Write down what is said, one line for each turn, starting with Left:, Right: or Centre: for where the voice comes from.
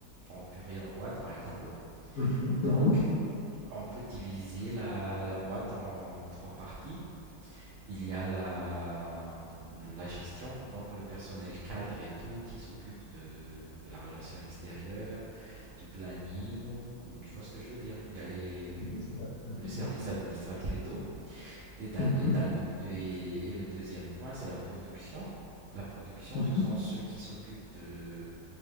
Right: en purée en boîte, par exemple.
Left: Mhm,
Right: Donc,
Left: mhm,
Right: on peut diviser la, la boîte en trois parties. Il y a la, la gestion, donc le personnel cadre et tout qui s'occupe de, de la relation extérieure, du planning. Tu vois ce que je veux dire? Il y a les,
Left: mhm. Ouais. Mhm,
Right: le
Left: bien
Right: service
Left: sûr.
Right: administratif et tout. Et, d'un-
Left: Mhm,
Right: et d'un autre- et- et le deuxième point, c'est la production. La production,
Left: mhm,
Right: ce sont ceux qui s'occupent de,